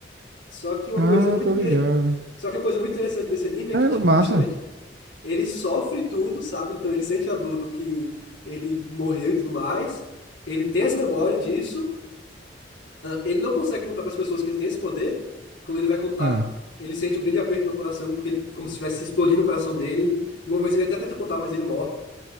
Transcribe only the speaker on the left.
Só que uma
coisa muito
inter...
<laughs> Só que uma coisa muito interessante desse anime é
que, tipo,
justamente, ele sofre tudo, sabe? Então ele sente a dor do que ele morreu e tudo mais. Ele tem essa memória disso. Ele não consegue contar para as pessoas que ele tem esse poder. Quando ele vai contar,
ele sente um grande aperto no coração, porque ele, como se estivesse explodindo o coração dele. E uma vez ele até tenta contar, mas ele morre.